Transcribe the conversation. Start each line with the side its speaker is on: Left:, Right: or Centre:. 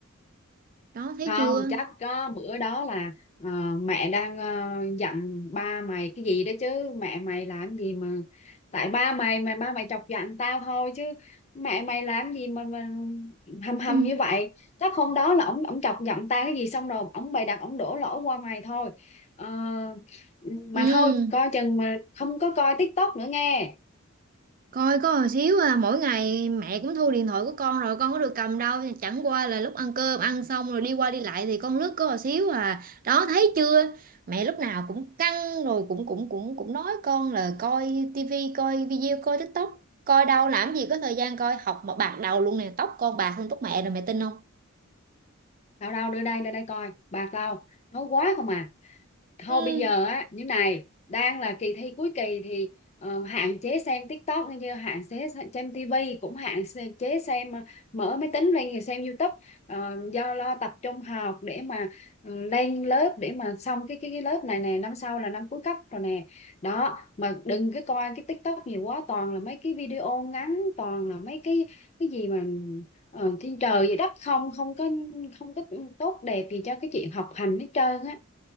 Right: đó thấy
Left: không
Right: chưa
Left: chắc có bữa đó là ờ, mẹ đang ờ, dặn ba mày cái gì đó chứ mẹ mày làm gì mà tại ba mày mà ba mày chọc giận tao thôi chứ mẹ mày làm gì mà, mà hầm hầm
Right: ừ
Left: như vậy chắc hôm đó là ổng ổng chọc giận tao cái gì xong rồi ổng bày đặt ổng đổ lỗi qua mày thôi Ờ,
Right: ừ
Left: mà thôi coi chừng mà không có coi TikTok nữa nghe
Right: Coi có hồi xíu à, mỗi ngày mẹ cũng thu điện thoại của con rồi con có được cầm đâu, chẳng qua là lúc ăn cơm ăn xong rồi đi qua đi lại thì con lướt có hồi xíu à. Đó thấy chưa? Mẹ lúc nào cũng căng rồi cũng cũng cũng cũng nói con là coi tivi, coi video, coi TikTok. Coi đâu làm gì có thời gian coi, học mà bạc đầu luôn nè, tóc con bạc hơn tóc mẹ rồi mẹ tin không?
Left: đâu đâu đưa đây đưa đây coi bạc đâu nấu quá không à thôi
Right: Ừ.
Left: bây giờ á như này đang là kỳ thi cuối kỳ thì ờ, hạn chế xem TikTok nghe chưa hạn chế xem TV cũng hạn xê- chế xem ờ, mở máy tính lên rồi xem YouTube Ờ, do lo tập trung học để mà ờ, lên lớp để mà xong cái cái cái lớp này nè năm sau là năm cuối cấp rồi nè đó mà đừng cái coi cái TikTok nhiều quá toàn là mấy cái video ngắn toàn là mấy cái cái gì mà ờ, trên trời vậy đất không không có không có tốt đẹp gì cho cái chuyện học hành hết trơn á